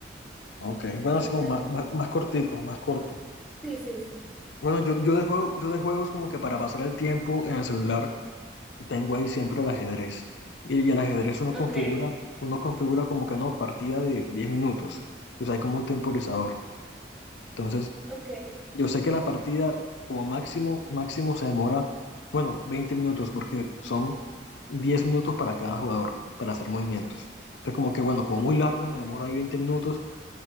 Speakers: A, on the left (about 75°); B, in the centre.
A: ok. Bueno,
B: Sí,
A: así como
B: realmente.
A: más, más, más cortico, más corto.
B: Sí, sí, sí.
A: Bueno, yo, yo de juego, yo de juegos como que para pasar el tiempo en el celular tengo ahí siempre el ajedrez. Y, y el ajedrez uno
B: Ok,
A: configura, uno configura como que no, partida de 10 minutos. Pues hay como un temporizador. Entonces,
B: ok,
A: yo sé que la partida como máximo, máximo se demora, bueno, 20 minutos, porque son 10 minutos para cada jugador, para hacer movimientos. Entonces, como que bueno, como muy largo,
B: ok.
A: me demoro ahí 20 minutos.